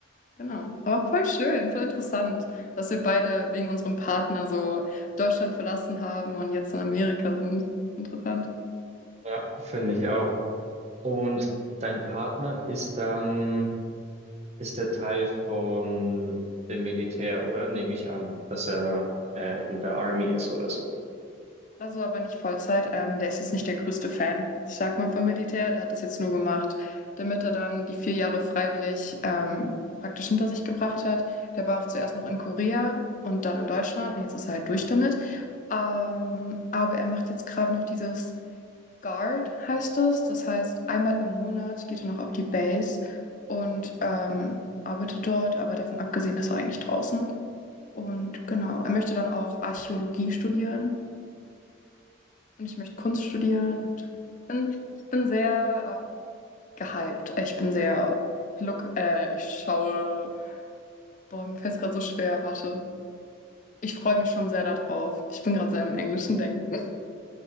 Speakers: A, on the left; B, on the right.
A: Genau. Aber voll schön, voll interessant, dass wir beide wegen unserem Partner so Deutschland verlassen haben und jetzt in Amerika sind. Interessant.
B: Ja, finde ich auch. Und dein Partner ist dann, ist der Teil von dem Militär, oder? Nehme ich an, dass er äh, in der Army ist oder so.
A: Also aber nicht Vollzeit. Ähm, der ist jetzt nicht der größte Fan, ich sag mal, vom Militär. Der hat das jetzt nur gemacht, damit er dann die vier Jahre freiwillig ähm, praktisch hinter sich gebracht hat. Der war auch zuerst noch in Korea und dann in Deutschland und jetzt ist er halt durch damit. Ähm, aber er macht jetzt gerade noch dieses Guard, heißt es. Das heißt, einmal im Monat geht er noch auf die Base und ähm, arbeitet dort. Aber davon abgesehen ist er eigentlich draußen. Und genau, er möchte dann auch Archäologie studieren und ich möchte Kunst studieren. Und ich bin, ich bin sehr äh, gehypt. Äh, Ich bin sehr, ich, look, äh, ich schaue, boah, mir fällt es gerade so schwer, warte. Ich freue mich schon sehr darauf. Ich bin gerade sehr im englischen Denken.